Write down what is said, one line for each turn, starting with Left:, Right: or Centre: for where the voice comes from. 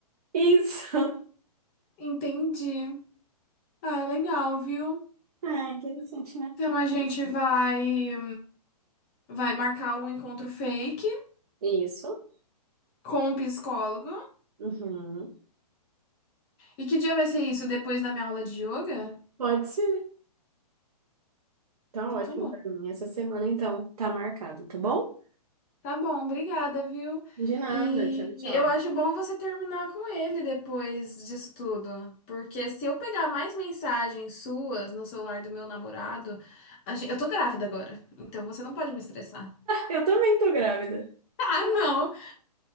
Right: Isso!
Left: Entendi. Ah, é legal, viu?
Right: é interessante, né?
Left: Então a gente vai vai marcar um encontro fake
Right: Isso.
Left: com o psicólogo.
Right: Uhum.
Left: E que dia vai ser isso? Depois da minha aula de yoga?
Right: Pode ser. Tá
Left: Então
Right: ótimo
Left: tá bom.
Right: pra mim. Essa semana, então, tá marcado, tá bom?
Left: Tá bom, obrigada, viu?
Right: De nada.
Left: E
Right: Tchau, tchau.
Left: eu acho bom você terminar com ele depois disso tudo. Porque se eu pegar mais mensagens suas no celular do meu namorado, a gen- eu tô grávida agora. Então você não pode me estressar. <laughs>
Right: Eu também tô grávida.
Left: Ah, não!